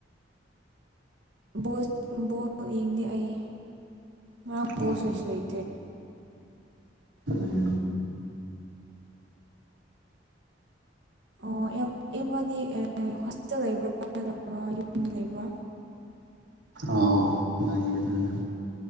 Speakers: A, on the right; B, on the right.
A: ꯕꯣꯜ ꯕꯣꯜ ꯌꯦꯡꯗꯦ ꯑꯩ ꯉꯔꯥꯡ
B: ꯑꯣ
A: ꯕꯣꯜꯁꯨ ꯂꯩꯁꯨ ꯂꯩꯇꯦ
B: ꯎꯝ
A: ꯑꯣ ꯑꯦꯝ ꯑꯃꯗꯤ ꯍꯣꯁꯇꯦꯜ ꯂꯩꯕ꯭ꯔꯥ ꯅꯠꯇ꯭ꯔꯒ ꯌꯨꯝꯗ ꯂꯩꯕ꯭ꯔꯥ
B: ꯑꯣ ꯂꯩ ꯑꯗꯨꯅꯦ